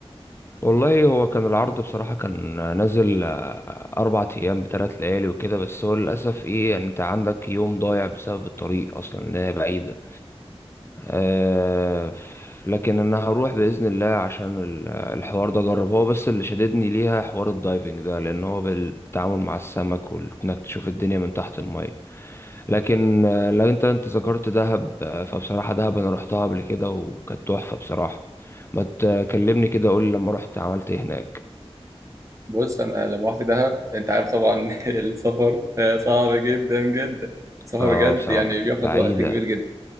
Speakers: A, on the left; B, on the right.
A: والله هو كان العرض بصراحة كان نازل آه، أربع أيام بثلاث ليالي وكده بس هو للأسف إيه يعني أنت عندك يوم ضايع بسبب الطريق أصلا إن هي بعيدة آه لكن أنا هروح بإذن الله عشان ال- الحوار ده أجرب هو بس اللي شددني ليها حوار الدايفنج ده لأن هو بالتعامل مع السمك وإنك تشوف الدنيا من تحت لكن آه، لو انت انت ذكرت دهب آه، فبصراحة دهب انا روحتها قبل كده وكانت تحفة بصراحة ما تكلمني كده قول لي لما رحت عملت ايه هناك
B: بص انا لما رحت دهب انت عارف طبعا <laughs> السفر آه، صعب جدا جدا السفر
A: اه
B: بجد
A: بصراحة
B: يعني بياخد
A: بعيدة
B: وقت كبير جدا